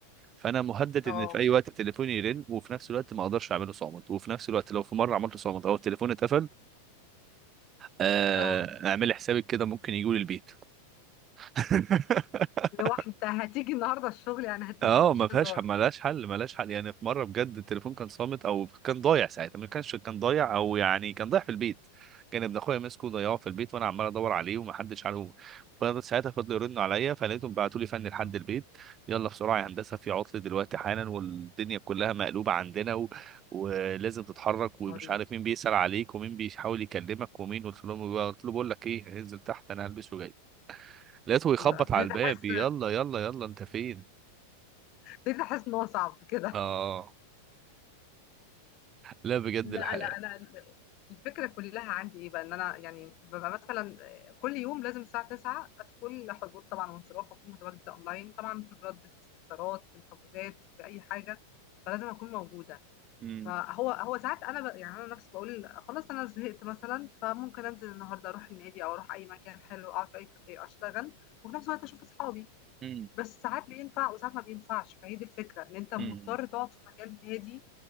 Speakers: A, on the right; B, on the left.
A: فانا مهدد
B: اه
A: ان في اي وقت تليفوني يرن وفي نفس الوقت ما اقدرش اعمله صامت وفي نفس الوقت لو في مره عملته صامت او التليفون اتقفل آه،
B: اه
A: اعمل حسابك كده ممكن يجوا لي البيت <laughs>
B: لو انت هتيجي النهارده الشغل يعني هتيجي
A: اه
B: مفيش
A: ما فيهاش
B: هزار
A: ما لهاش حل ما لهاش حل يعني في مره بجد التليفون كان صامت او كان ضايع ساعتها ما كانش كان ضايع او يعني كان ضايع في البيت كان ابن اخويا ماسكه وضيعه في البيت وانا عمال ادور عليه ومحدش عارفه فساعتها فضلوا يرنوا عليا فلقيتهم بعتوا لي فني لحد
B: اه
A: البيت يلا بسرعه يا هندسه في عطل دلوقتي حالا والدنيا كلها مقلوبه عندنا و... ولازم تتحرك ومش
B: آه، دي
A: عارف مين بيسأل عليك ومين بيحاول يكلمك ومين قلت له قلت له بقول لك ايه انزل تحت انا هلبس وجاي لقيته يخبط
B: لا ابتديت
A: على الباب
B: احس
A: يلا يلا يلا انت فين
B: ابتديت احس ان هو صعب كده
A: اه لا بجد
B: لا
A: الح...
B: لا انا ال- الفكره كلها عندي ايه بقى ان انا يعني ببقى مثلا كل يوم لازم الساعه 9 ادخل حضور طبعا وانصراف اكون متواجده اونلاين طبعا في الرد في الاستفسارات في الحجوزات في اي حاجه فلازم اكون موجوده
A: مم.
B: فهو هو ساعات انا ب... يعني انا نفسي بقول خلاص انا زهقت مثلا فممكن انزل النهارده اروح النادي او اروح اي مكان حلو اقعد في اي كافيه اشتغل وفي نفس الوقت اشوف اصحابي
A: مم.
B: بس ساعات بينفع وساعات ما بينفعش فهي دي الفكره ان انت مضطر
A: مم.
B: تقعد في مكان هادي